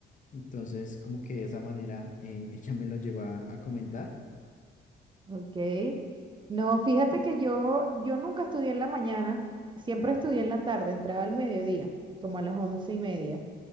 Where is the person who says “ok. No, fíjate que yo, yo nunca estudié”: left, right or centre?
Right